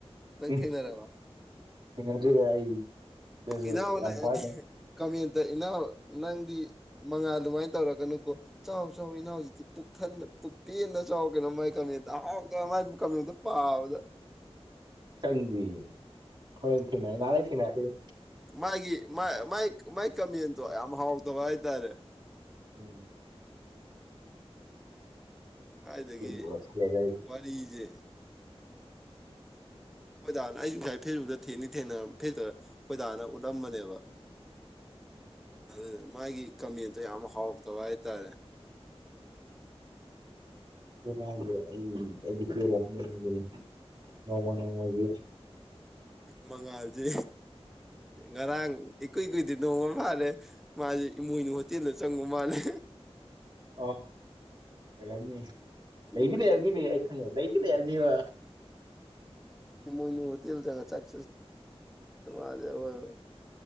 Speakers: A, in the centre; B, on the right (about 45°).
A: ꯅꯪ
B: ꯎꯝ
A: ꯊꯦꯡꯅꯔꯕ
B: ꯊꯦꯡꯅꯗ꯭ꯔꯤꯗ ꯑꯩꯗꯁꯨ
A: ꯏꯅꯥꯎꯅ
B: ꯌꯥꯝ ꯐꯥꯗ
A: ꯀꯃꯦꯟꯇ ꯏꯅꯥꯎ ꯅꯪꯗꯤ ꯃꯉꯥꯜ ꯑꯗꯨꯃꯥꯏꯅ ꯇꯧꯔꯛꯀꯅꯨꯀꯣ ꯆꯥꯎ ꯆꯥꯎ ꯏꯅꯥꯎꯖꯤꯗꯤ ꯄꯨꯛ ꯊꯟꯅ ꯄꯨꯛ ꯄꯨꯦꯟꯅ ꯆꯥꯎ ꯀꯩꯅꯣ ꯃꯥꯏ ꯀꯃꯦꯟꯇ ꯑꯍꯥꯎꯇ ꯃꯥꯏ ꯀꯃꯦꯟꯇꯨ ꯄꯥꯕꯗ
B: ꯆꯪꯗ꯭ꯔꯤ ꯍꯣꯔꯦꯟ ꯊꯦꯡꯅꯔꯛ ꯉꯥꯏꯍꯥꯛ ꯂꯩꯔꯥ ꯊꯦꯡꯅꯔꯛꯈꯤꯅꯤ
A: ꯃꯥꯒꯤ ꯃꯥꯏ ꯃꯥꯏ ꯃꯥꯏ ꯀꯃꯦꯟꯗꯣ ꯌꯥꯝ ꯍꯥꯎꯇꯕ ꯍꯥꯏꯇꯥꯔꯦ
B: ꯎꯝ
A: ꯀꯥꯏꯗꯒꯤ
B: ꯇꯤꯟꯕꯨ ꯑꯣꯏꯁꯜꯂꯦꯗ ꯑꯩꯗꯤ
A: ꯋꯥꯔꯤꯁꯦ ꯈꯣꯏꯗꯥꯅ ꯑꯩꯁꯨ <unintelligible> ꯐꯦꯁꯕꯨꯛꯇ ꯊꯦꯡꯗꯤ ꯊꯦꯡꯅꯔ ꯐꯦꯇ <unintelligible> ꯈꯣꯏ ꯗꯥꯅ ꯎꯠꯂꯝꯕꯅꯦ ꯑꯗꯨꯗ ꯃꯥꯒꯤ ꯀꯃꯦꯟꯇꯣ ꯌꯥꯝ ꯍꯥꯎꯇꯕ ꯍꯥꯏꯇꯥꯔꯦ
B: ꯑꯗꯨꯅꯦ ꯍꯥꯏꯖꯦ ꯑꯩ ꯑꯩꯗꯤ ꯄꯦꯜꯂꯕꯅꯦ ꯑꯟꯖꯂꯤ ꯅꯣꯡꯃ ꯅꯣꯡꯃꯒꯤ
A: ꯃꯉꯥꯜꯁꯦ ꯉꯔꯥꯡ ꯏꯀꯨꯏ ꯀꯨꯏ ꯗꯤ ꯅꯣꯡꯃ ꯑꯃꯥ ꯍꯥꯜꯂꯦ ꯃꯥꯁꯦ ꯏꯃꯣꯏꯅꯨ ꯍꯣꯇꯦꯜꯗ ꯆꯪꯉꯨ ꯃꯥꯜꯂꯦ
B: ꯑ ꯑꯣꯏꯔꯝꯅꯤ ꯂꯩꯗꯤ
A: ꯏꯃꯣꯏꯅꯨ
B: ꯂꯩꯔꯝꯅꯤꯅꯦ ꯑꯩ ꯈꯪꯉꯦꯕ ꯂꯩꯗꯤ ꯂꯩꯔꯝꯅꯦꯕ
A: ꯏꯃꯣꯏꯅꯨ ꯍꯣꯇꯦꯜ ꯆꯪꯉꯥ ꯆꯥꯛ <unintelligible>